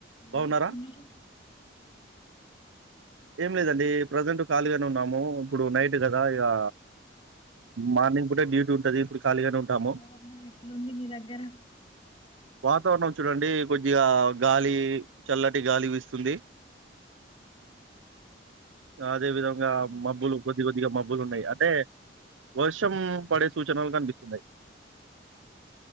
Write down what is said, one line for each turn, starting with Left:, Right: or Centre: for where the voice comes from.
Left: ఎం
Right: బాగున్నారా?
Left: చేస్తున్నారు
Right: ఏమ్లేదండి ప్రెజంట్ ఖాళీగానే ఉన్నాము ఇప్పుడు నైట్ గదా ఇగా మార్నింగ్ పూట డ్యూటీ ఉంటది ఇప్పుడు ఖాళీగానే ఉంటాము.
Left: వాతావర్ణం ఏట్లుంది మీ దగ్గర
Right: వాతావర్ణం చూడండి కొద్దిగా గాలి చల్లటి గాలి వీస్తుంది అదే విధంగా
Left: ఉమ్.
Right: మబ్బులు కొద్ది కొద్దిగా మబ్బులు ఉన్నాయ్ అంటే వర్షం పడే సూచనల్ కనిపిస్తున్నాయ్